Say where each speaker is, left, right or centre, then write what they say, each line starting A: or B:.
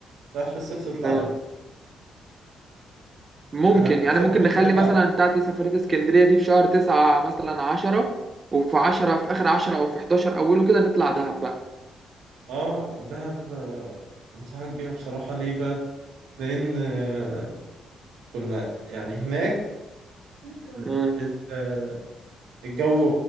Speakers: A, on the right; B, on the right.
A: في اخر الصيف تطلع
B: آه.
A: ده
B: ممكن
A: انا
B: يعني
A: لسه
B: ممكن
A: ما كنت
B: نخلي
A: بطلع
B: مثلا بتاعت سفرية اسكندرية دي في شهر تسعة مثلا عشرة وفي عشرة في آخر عشرة أو في 11 أوله كده نطلع دهب بقى
A: اه دهب آه، انصحك بيها بصراحة ليه بقى لان آه، كنا يعني هناك ال-
B: آه.
A: ال- آه، الجو